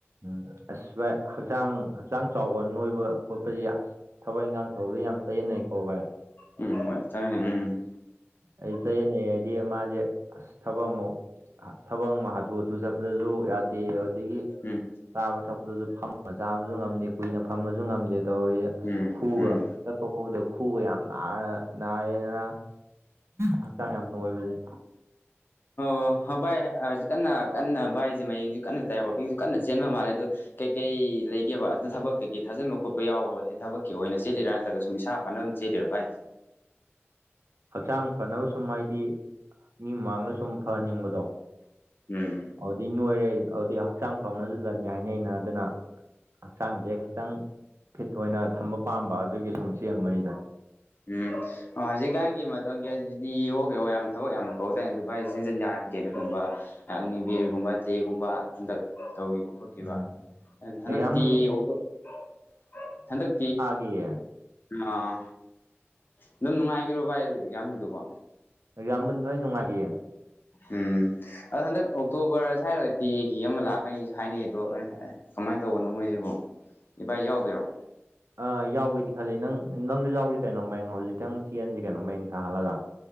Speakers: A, on the right (about 80°); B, on the left (about 50°).
A: ꯎꯝ ꯑꯁ ꯚꯥꯏ ꯍꯛꯆꯥꯡ ꯍꯛꯆꯥꯡ ꯆꯥꯎꯕ ꯅꯣꯏꯕ ꯈꯣꯠꯄꯁꯤ ꯑꯁ ꯊꯕꯛ ꯏꯟꯈꯥꯡ ꯊꯧꯕꯗ ꯌꯥꯝ ꯆꯌꯦꯠꯅꯩꯀꯣ ꯚꯥꯏ
B: ꯎꯝ ꯍꯣꯏ ꯆꯠꯃꯤꯅꯩ ꯎꯝ
A: ꯑꯩ ꯆꯥꯌꯦꯠꯅꯩ ꯍꯥꯏꯗꯤ ꯃꯥꯁꯦ ꯊꯕꯛꯃꯨꯛ ꯊꯕꯛ ꯑꯃ ꯍꯥꯊꯨ ꯍꯥꯊꯨ ꯆꯠꯄꯗꯁꯨ ꯌꯥꯗꯦ ꯑꯗꯨꯗꯒꯤ
B: ꯎꯝ
A: ꯆꯥꯕ ꯊꯛꯄꯗꯁꯨ ꯐꯝ ꯆꯥꯕꯁꯨ ꯉꯝꯗꯦ ꯀꯨꯏꯅ ꯐꯝꯕꯁꯨ ꯉꯝꯗꯦ ꯇꯧꯔꯤ ꯑꯁ
B: ꯎꯝ
A: ꯈꯨꯕ
B: ꯎꯝ
A: ꯆꯠꯄ ꯈꯣꯠꯄꯗ ꯈꯨꯒ ꯌꯥꯝ ꯅꯥ ꯅꯥꯏꯌꯦꯗꯅ ꯍꯛꯆꯥꯡ ꯌꯥꯝ ꯅꯣꯏꯕꯁꯦ
B: ꯑꯣ ꯍꯣꯏ ꯚꯥꯏ ꯍꯧꯖꯤꯛ ꯀꯟꯅ ꯀꯟꯅ ꯚꯥꯏꯁꯦ ꯃꯌꯦꯡꯁꯨ ꯀꯟꯅ ꯇꯥꯏ ꯋꯥꯀꯤꯡꯁꯨ ꯀꯟꯅ ꯆꯦꯟꯕ ꯃꯥꯜꯂꯦ ꯑꯗꯨ ꯀꯩꯀꯩ ꯂꯩꯒꯦꯕ ꯑꯗ ꯊꯕꯛ ꯀꯩꯀꯩ ꯊꯥꯖꯤꯟꯕ ꯈꯣꯠꯄ ꯌꯥꯎꯕ꯭ꯔ ꯊꯕꯛꯀꯤ ꯑꯣꯏꯅ ꯆꯦꯠꯂꯤꯔꯥ ꯅꯠꯇ꯭ꯔꯒ ꯁꯨꯝ ꯏꯁꯥ ꯢꯁꯥ ꯐꯅꯕ ꯆꯦꯜꯂꯤꯔꯣ ꯚꯥꯏꯗꯤ
A: ꯍꯛꯆꯥꯡ ꯐꯅꯕ ꯁꯨꯝ ꯍꯥꯏꯗꯤ ꯃꯤ ꯃꯥꯡꯗ ꯁꯨꯝ ꯐꯍꯟꯅꯤꯡꯕꯗꯣ
B: ꯎꯝ
A: ꯑꯗꯨꯗꯤ ꯅꯣꯏꯔꯦ ꯑꯗꯨꯗꯤ ꯍꯛꯆꯥꯡ ꯐꯕꯅ ꯂꯟꯅꯤ ꯍꯥꯏꯅꯩꯅ ꯑꯗꯨꯅ ꯍꯛꯆꯥꯡꯖꯦ ꯈꯤꯇꯪ ꯐꯤꯠ ꯑꯣꯏꯅ ꯊꯝꯕ ꯄꯥꯝꯕ ꯑꯗꯨꯒꯤ ꯁꯨꯝ ꯁꯦꯝꯕꯅꯤꯗ
B: ꯎꯝ ꯑꯣ ꯍꯧꯖꯤꯛꯀꯥꯟꯒꯤ ꯃꯇꯝꯒꯤ ꯍꯥꯏꯖꯤꯗꯤ ꯌꯣꯒ ꯑꯣꯌꯥꯝ ꯊꯕꯛ ꯌꯥꯝꯅ ꯀꯧꯗꯥꯏꯅꯦ ꯑꯗꯨ ꯕꯥꯏꯁꯨ ꯆꯦꯟꯖꯤꯟ ꯌꯥꯔꯅꯤ ꯀꯩꯅꯣꯒꯨꯝꯕ ꯑꯒꯅꯤꯕꯤꯔꯒꯨꯝꯕ ꯇꯦꯒꯨꯝꯕ ꯍꯟꯗꯛ ꯇꯧꯈꯤꯕ ꯈꯣꯠꯈꯤꯕ
A: ꯎꯝ
B: ꯍꯟꯗꯛꯇꯤ
A: ꯑꯦꯛꯖꯥꯝ ꯅꯨꯡ
B: <unintelligible> ꯍꯟꯗꯛꯇꯤ
A: ꯀꯤꯌꯦ
B: ꯑꯥ ꯑꯗꯨꯝ ꯅꯨꯡꯉꯥꯏꯒꯤꯕ꯭ꯔꯣ ꯚꯥꯏ ꯑꯦꯛꯖꯥꯝꯖꯤꯡꯗꯨꯕꯣ
A: ꯌꯦꯛꯖꯥꯝꯕꯨꯗꯤ ꯂꯣꯢ ꯅꯨꯡꯉꯥꯏꯒꯤꯌꯦ
B: ꯎꯝ ꯑꯗꯣ ꯍꯟꯗꯛ ꯑꯣꯛꯇꯣꯕꯔ ꯁꯨꯋꯥꯢꯗ ꯇꯤꯑꯦꯒꯤ ꯑꯃ ꯂꯥꯛꯀꯅꯤꯁꯨ ꯍꯥꯏꯅꯩ ꯑꯗꯣ ꯀꯃꯥꯏꯅ ꯇꯧꯕꯅꯣ ꯃꯣꯏꯁꯤꯕꯨ ꯕꯥꯏ ꯌꯥꯎꯗꯣꯏꯔꯣ
A: ꯑ ꯌꯥꯎꯒꯦꯗꯤ ꯈꯜꯂꯤ ꯅꯪ ꯅꯪꯁꯨ ꯌꯥꯎꯁꯤ ꯀꯩꯅꯣ ꯃꯌꯦꯡ ꯍꯧꯖꯤꯛꯇꯩ ꯆꯦꯟꯁꯤ ꯀꯩꯅꯣ ꯃꯌꯦꯡ ꯊꯥꯍꯜꯂꯒ